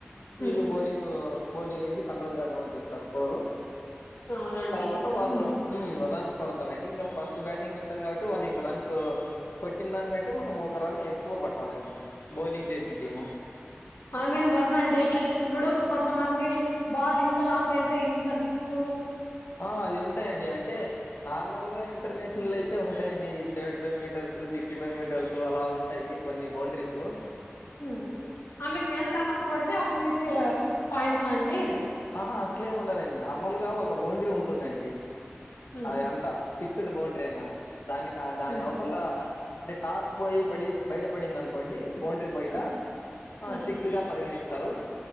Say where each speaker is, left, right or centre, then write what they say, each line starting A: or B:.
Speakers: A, on the left (about 65°); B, on the left (about 80°).
A: వీళ్ళు
B: ఉమ్
A: బౌలింగ్ బౌలింగ్ వేసి కంట్రోల్ చేద్దామని చూస్తారు స్కోరు
B: అవునండి
A: తర్వాత వాళ్ళు
B: ఉమ్
A: మ్ రన్స్ కొడతారండి ఇంకా ఫస్ట్ బ్యాటింగ్ ఉంటది కాబట్టి వాళ్ళు ఇంక రన్స్ కొట్టిన దానికంటే మనం ఒక రన్ని ఎక్కువ కొట్టాలండి బౌలింగ్ చేసిన టీము
B: ఐ మీన్ రన్ అంటే ఎట్లా ఇప్పుడు కొంత మంది బాల్ ఇంత లాంగ్ వెళ్తే ఇంత సిక్సు
A: ఆ అది ఉంటాయండి అంటే నార్మల్ గా ఇంటర్నేషనల్ అయితే ఉంటాయండి seventy five metres sixty five metres అలా ఉంటాయి కొన్ని బౌండరీస్ హలో
B: మ్ ఐ మీన్ ఎంతలాంగ్ కొడితే అన్నేసి పాయింట్స్ ఆ అండి
A: ఆహా అట్లెం ఉండదండి నార్మల్ గా ఒక బౌండరీ ఉంటుందండి
B: ఉమ్
A: అది అంతా ఫిక్స్డ్ బౌండ్రీ అని దానికి దాని
B: ఉమ్
A: అవతల అంటే టాస్ పోయి పడి బయటపడింది అనుకోండి బౌండరీ బయట
B: ఉమ్ ఉమ్
A: సిక్స్ గా పరిగణిస్తారు